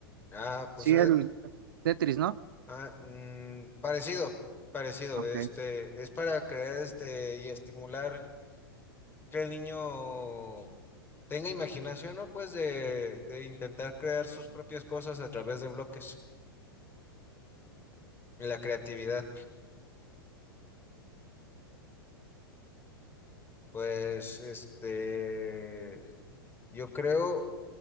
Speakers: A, on the left; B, on the right.
A: Ah, pues
B: Sí,
A: haz
B: el
A: de
B: Tetris, ¿no?
A: Ah, mm, parecido, parecido.
B: Ok.
A: Este, es para crear este y estimular que el niño tenga imaginación, ¿no? Pues de, de intentar crear sus propias cosas a través de bloques. La creatividad. Pues, este, yo creo